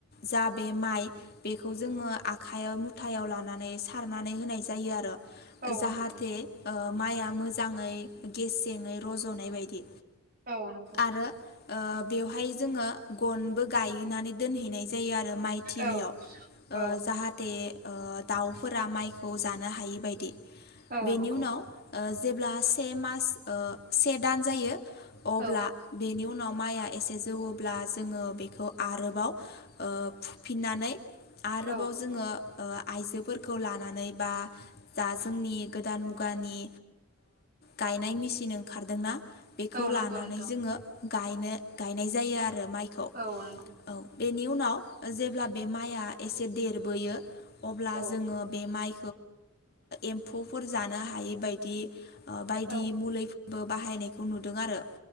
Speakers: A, on the left; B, on the right.
A: जा बे माइ बेखौ जोङो आखायाव मुथायाव लानानै माने सारनानै होनाय जायो आरो।
B: औ
A: जाहाथे
B: नंगौ
A: माइआ मोजाङै गेसेङै रज'नाय बायदि
B: औ नंगौ।
A: आरो बेवहाय जोङो गनबो गायनानै दोनहैनाय जायो आरो। आरो माइथिलियाव
B: औ औ
A: जाहाथे दाउफोरा माइखौ जानो हायि बदि
B: औ
A: बेनि
B: नंगौ
A: उनाव जेब्ला से मास से दान जायो अब्ला
B: औ
A: बेनि उनाव माइआ एसे जौवब्ला जोङो बेखौ आरोबाव फुफिननानै आरोबाव
B: औ नंगौ
A: जोङो आइजोफोरखौ लानानै बा दा जोंनि गोदान मुगानि गायनाय मेसिन ओंखारदोंना? बेखौ
B: औ
A: लानानै
B: नंगौ नोंथां
A: जोङोायनो गायनाय जायो आरो माइखौ
B: औ नंगौ
A: औ। बेनि उनाव जेब्ला बे माइआ एसे देरबोयो अब्ला
B: औ
A: जोङो बे माइ एम्फौफोर जानो हायै बायदि बायदि
B: औ
A: बो बाहायनायखौ नुदों आरो